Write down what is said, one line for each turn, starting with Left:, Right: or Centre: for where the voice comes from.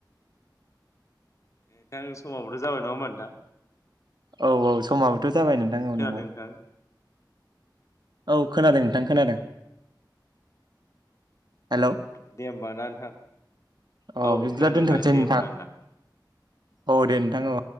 Left: ए नोंथां समाबोथ' जाबाय नङा होमबा नोंथां
Right: औ औ समाबोथ' जाबाय नोंथां औ
Left: खोनादों
Right: नंगौ
Left: नोंथां
Right: औ खोनादों नोंथां खोनादों हेलौ
Left: दे होमबा ना नोंथां
Right: अ
Left: औ
Right: बिदिब्ला
Left: खोनादों
Right: दोनथ'सै
Left: दे
Right: नोंथां।
Left: होमबा
Right: औ दे नोंथां औ